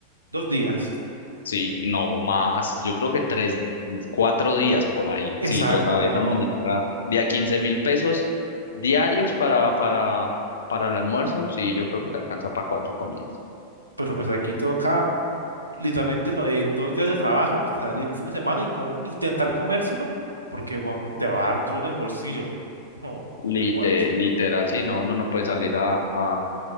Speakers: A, on the right; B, on the left.
A: Dos días.
B: sí, no más, yo creo que tres, cuatro días por ahí,
A: Exacto,
B: si lo sabes
A: weón.
B: administrar. De a 15 mil pesos diarios para, para, para el almuerzo, sí, yo creo que te alcanza para cuatro comidas.
A: Pero pues aquí toca literalmente lo de dos días de trabajo, salir un fin de semana y com- intentar comérselo, porque bueno, te va a dar duro en el bolsillo. No,
B: Lite-
A: te cuento.
B: literal, sí, no, uno no puede salir a, a-